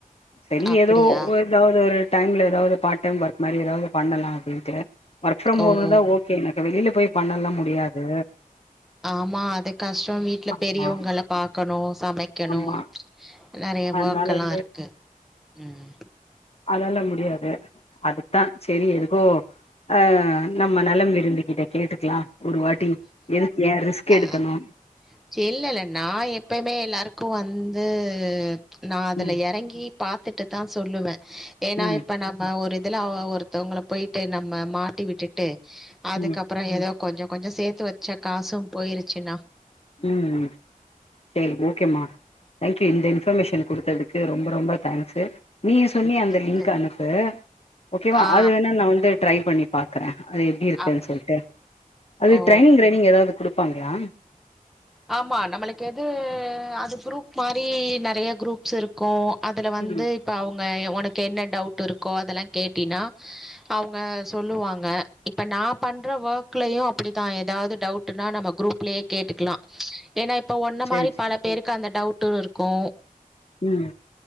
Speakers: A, on the left (about 45°); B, in the centre.
A: செரி
B: அப்டியா
A: எதோ ஏதாது ஒரு டைம்ல எதாது பார்ட் டைம் ஒர்க் மாரி ஏதாது பண்ணலா அப்டின்ட்டு ஒர்க் ஃப்ரம் ஹோம்
B: ஓ
A: தா ஓக்கே எனக்கு வெளில போய் பண்ணல்லா முடியாது
B: ஆமா அது கஷ்டோ வீட்ல
A: ஆமா
B: பெரியவங்கள பாக்கணு சமைக்கணு
A: ஆமா
B: நெறையா
A: அதனால
B: ஒர்க் எல்லா இருக்கு உம்
A: அதாலா முடியாது அதுக்கு தா செரி எதுக்கோ ஆஹ் நம்ம நலம் விரும்பிக்கிட்ட கேட்டுக்கலா ஒரு வாட்டி எதுக்கு ஏ ரிஸ்க்
B: ஆஹ்
A: எடுக்கணு
B: ச இல்லல்ல நா எப்பவுமே எல்லாருக்கு வந் ந்து நா அதுல
A: ம்
B: எறங்கி பாத் துட்டு தா சொல்லுவ ஏனா
A: ம்
B: இப்ப நம்ம ஒரு இதுல ஒருத்தவங்கள போய்ட்டு நம்ம மாட்டி விட்டுட்டு அதுக்கப்பறோ
A: ம்
B: எதோ கொஞ்சோ கொஞ்சோ சேத்து வச்ச காசும் போயிருச்சுன்னா
A: உம் உம் செரி ஓகேமா தேங்க்யூ இந்த இன்ஃபர்மேஷன் குடுத்ததுக்கு ரொம்ப ரொம்ப தேங்க்ஸ்ஸு நீய சொன்னியே
B: இதுக்கு
A: அந்த
B: எதுக்கு
A: லிங்க் அனுப்பு ஓக்கேவா
B: ஆ
A: அது வேணா நா வந்து ட்ரை பண்ணி பாக்கற அது எப்டி இருக்குன்‌
B: அப்
A: சொல்ட்டு அது
B: ஓ
A: ட்ரைனிங் க்ரைனிங் ஏதாவ்து குடுப்பாங்ளா
B: ஆம்மா நம்மளுக்கெது அது குரூப் மாரி நறைய க்ரூப்ஸ் இருக்கோ அதுல வந்து
A: ம்
B: இப்ப அவுங்க ஒனக் கென்ன டவுட் இருக்கோ அதெல்லா கேட்டீனா அவுங்க சொல்லுவாங்க இப்ப நா பண்ற ஒர்க்லையு அப்டிதா ஏதாவ்து டவுட்டுன்னா நம்ம குரூப்லே கேட்டுக்குலா ஏனா ப்ப ஒன்ன
A: சேரி
B: மாரி
A: சேரி
B: பல பேருக்கு அந்த டவு டு இருக்கு
A: ம்